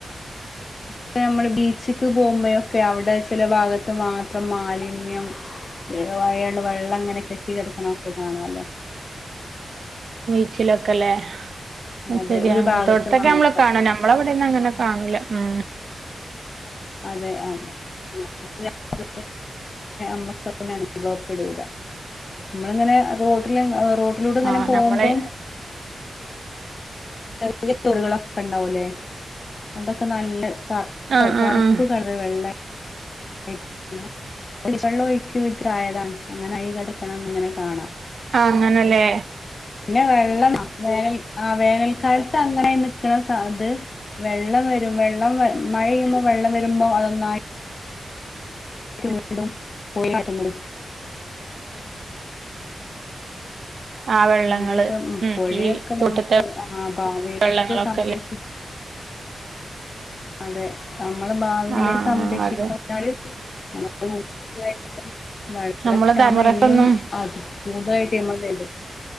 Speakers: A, on the left; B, on the right.
A: ഇപ്പ നമ്മള് ബീച്ചക്ക് പോകുമ്പോഴൊക്കെ അവിടെ ചില ഭാഗത്ത് മാത്രം മാലിന്യം ച വയാള് വെള്ളം അങ്ങനെ കെട്ടി കിടക്കണംൊക്കെ കാണാാലോ
B: <unintelligible>
A: അതെ
B: ശെരിയാണ്
A: ഒരു
B: അങ്ങനത്തെൊടത്തൊക്കെ
A: ഭാഗത്ത് മാത്രം
B: നമ്മള് കാണ നമ്മള അന്ന അങ്ങനെ കാണൂല ഉ
A: അതെ ആ <unintelligible> മ്മക്ക് അനുഭവപ്പെടൂല നമ്മളങ്ങനെ റോഡിൽ റോട്ടിലൂടെ ഇങ്ങനെ
B: ആഹ്
A: പോകുമ്പോ
B: നമ്മളെ
A: ചെറിയ ചൊറികളൊക്കെ ഉണ്ടാവുല്ലേ അതൊക്കെ നല്ല <inaudible>
B: ആഹ് ആഹ് ആഹ്
A: ഉപ്പ് കടല വെള്ളെ <unintelligible> വെള്ളം ഒഴിക്കിവിട്ടായതാ അങ്ങനെയി കിടക്കണംന്ന് ഇങ്ങനെ കാണാ
B: ആ അങ്ങനല്ലെ
A: പിന്നെ വെള്ളം വേനൽ ആ വേനൽക്കാലത്ത് അങ്ങനെ നിക്ക്ണ ട്ടാ അത് വെള്ളം വരും വെള്ളം മഴെയ്യുമ്പോ വെള്ളം വരുമ്പോ അതുന്നായി വീണ്ടും പോയി <unintelligible> ന്നത്
B: ആ വെള്ളങ്ങള്
A: അങ്ങനെയോക്കെ
B: ഉം
A: പുഴയൊക്കെ
B: ഈ തോട്ടത്തെ
A: നമ്മൾ ആ ഭാവിയിലേക്ക്
B: വെള്ളങ്ങളൊക്കെല്ലേ
A: സംരക്ഷി അതെ നമ്മുടെ ഭാവിൽ
B: ആഹ്
A: സംരക്ഷിക്കാഞ്ഞാല്
B: അതെ
A: നമ്മ മ <unintelligible> മഴവെള്ളക്ഷാമം
B: നമ്മളെ തലമുറക്കൊന്നും
A: ഇനിയും അതികൂടുതൽആയിട്ട് ന്നമ്മൾ <unintelligible> ടും